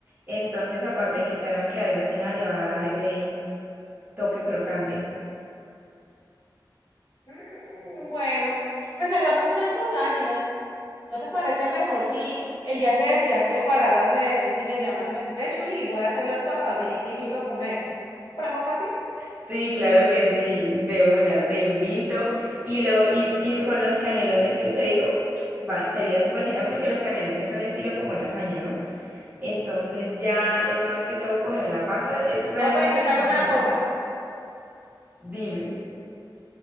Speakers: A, on the right; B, on the left.
A: entonces aparte de que te van a quedar gratinadas, le va a dar ese toque crocante.
B: Mm, bueno, pues hagamos una cosa, Angie, ¿no, no te parece mejor si el día que decidas prepararlas me decís y me llamas y me decís, ve, Chuli, voy a hacer las papas, ven y te invito a comer? ¿No te parece más fácil?
A: Sí, claro que sí, de una, te invito, y, lo, y, y con los canelones que te digo, va, sería súper genial porque los canelones son estilo como lasaña, ¿no? Entonces ya es más que todo coger la pasta, es realmente
B: No, pues entonces haga
A: sencillo,
B: una cosa.
A: dime.